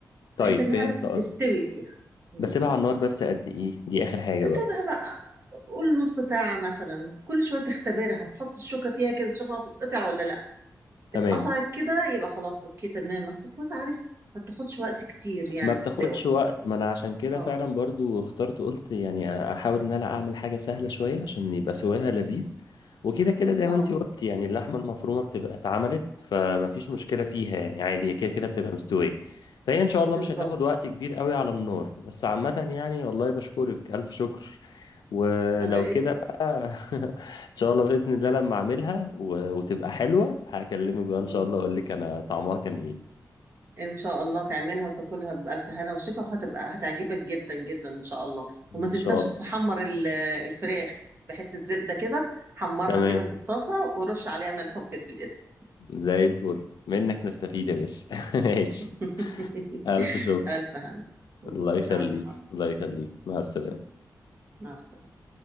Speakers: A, on the left (about 85°); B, on the right (about 35°).
A: طيب
B: بحيث انها
A: فهمت
B: بس تستوي
A: قصدك
B: فيها مم.
A: بسيبها على النار بس قد ايه دي اخر حاجة
B: تسيبها
A: بقى
B: بقى قول نص ساعه مثلا كل شويه تختبرها تحط الشوكه فيها كده تشوفها هتتقطع ولا لا
A: تمام
B: اتقطعت كده يبقى خلاص اوكي تمام اصل الكوسه عارف ما بتاخدش وقت كتير يعني
A: ما بتاخدش
B: في السوا
A: وقت ما انا عشان كده
B: اه
A: فعلا برضو اخترت قلت يعني احاول ان انا اعمل حاجة سهلة شوية عشان يبقى سواها لذيذ وكده كده زي
B: اه
A: ما انتي قلت يعني اللحمة المفرومة بتبقى اتعملت فما فيش مشكلة فيها يعني عادي هي كده كده بتبقى مستوية فهي ان شاء الله
B: بالظبط
A: مش هتاخد وقت كبير قوي على النار بس عامة يعني والله بشكرك الف شكر ولو
B: على ايه
A: كده بقى <laughs> ان شاء الله بإذن الله لما اعملها و- وتبقى حلوة هكلمك بقى ان
B: مم.
A: شاء الله اقول لك انا طعمها كان ايه
B: ان شاء الله تعملها وتاكلها بألف هنا وشفا وهتبقى هتعجبك جدا جدا ان شاء الله
A: ان
B: وما تنساش
A: شاء الله
B: تحمر ال- الفراخ بحتة زبدة كده حمرها
A: تمام
B: كده في الطاسة ورش عليها ملح وفلفل اسود
A: زي الفل منك نستفيد يا باشا <laughs> ماشي
B: <laughs>
A: ألف شكر
B: ألف هنا
A: الله يخليك
B: العفو
A: الله يخليك مع السلامة
B: مع السلامة